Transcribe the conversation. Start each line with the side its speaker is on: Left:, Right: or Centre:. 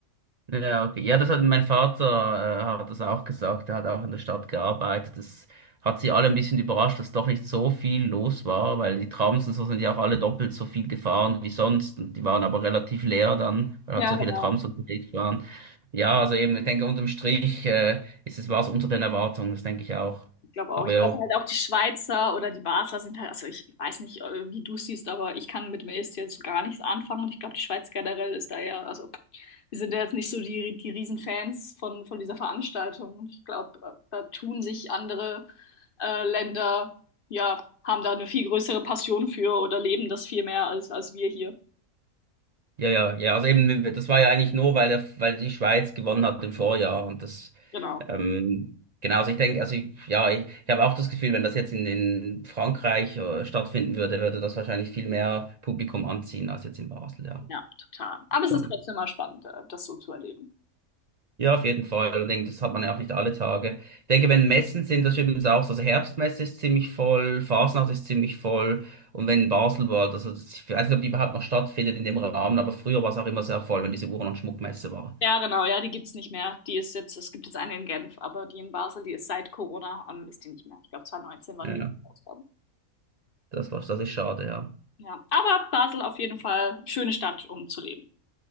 Right: Ja, okay. Ja, das hat mein Vater, äh, hat das auch gesagt. Er hat auch in der Stadt gearbeitet. Das hat sie alle ein bisschen überrascht, dass doch nicht so viel los war, weil die Trams und so sind ja auch alle doppelt so viel gefahren wie sonst. Und die waren aber relativ leer dann, weil
Left: Ja,
Right: halt so
Left: genau.
Right: viele Trams unterwegs waren. Ja, also eben, ich denke, unterm Strich, äh, ist es, war es unter den Erwartungen, das denke ich auch.
Left: Ich glaube auch.
Right: Aber
Left: Ich
Right: ja,
Left: Also halt auch die Schweizer oder die Basler sind halt, also ich, ich weiß nicht, äh, wie du es siehst, aber ich kann mit Milch jetzt so gar nichts anfangen und ich glaube, die Schweiz generell ist da eher, also wir sind ja jetzt nicht so die, die Riesenfans von, von dieser Veranstaltung. Und Ich glaube, äh, da tun sich andere äh, Länder, ja, haben da eine viel größere Passion für oder leben das viel mehr als, als wir hier.
Right: Ja, ja, ja. Also eben, das war ja eigentlich nur, weil er, weil die Schweiz gewonnen hat im Vorjahr. Und das,
Left: Genau.
Right: ähm, genau, also ich denke, also ich, ja, ich, ich habe auch das Gefühl, wenn das jetzt in, in Frankreich äh, stattfinden würde, würde das wahrscheinlich viel mehr Publikum anziehen als jetzt in Basel, ja.
Left: Ja, total. Aber es
Right: Schon.
Left: ist trotzdem mal spannend, äh, das so zu erleben.
Right: Ja, auf jeden Fall. Und ich denke, das hat man ja auch nicht alle Tage. Ich denke, wenn Messen sind, das ist übrigens auch so. Also Herbstmesse ist ziemlich voll, Fasnacht ist ziemlich voll. Und wenn Basel war, also das- ich weiß nicht, ob die überhaupt noch stattfindet in dem Rahmen, aber früher war es auch immer sehr voll, wenn diese Uhren- und Schmuckmesse war.
Left: Ja, genau, ja, die gibt's nicht mehr. Die ist jetzt, es gibt jetzt eine in Genf, aber die in Basel, die ist seit Corona, ähm, ist die nicht mehr. Ich glaube, 2019 war
Right: Ja,
Left: die letzte
Right: ja.
Left: Ausgabe.
Right: das war das ist schade, ja.
Left: Ja, aber Basel auf jeden Fall schöne Stadt, um zu leben.